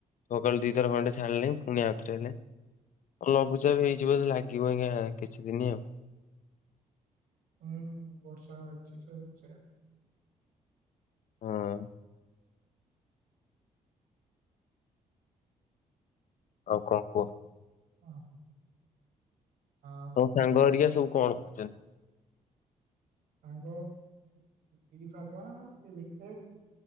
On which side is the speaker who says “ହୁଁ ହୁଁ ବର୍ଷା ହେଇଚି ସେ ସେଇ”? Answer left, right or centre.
Right